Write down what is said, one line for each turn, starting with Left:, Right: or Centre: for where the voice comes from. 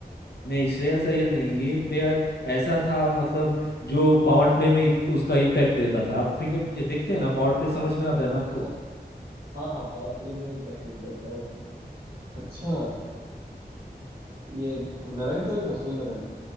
Left: नहीं श्रेयस अय्यर नहीं ये प्लेयर ऐसा था मतलब जो पावर प्ले में इत- उसका इम्पैक्ट देता था आप क्रिकेट खे- देखते हैं ना पावर प्ले समझ में आता है ना आपको
Right: अच्छा हाँ हाँ पावर प्ले में इम्पैक्ट देता था वो अच्छा ये नारायण तो नहीं था सुनील नारायण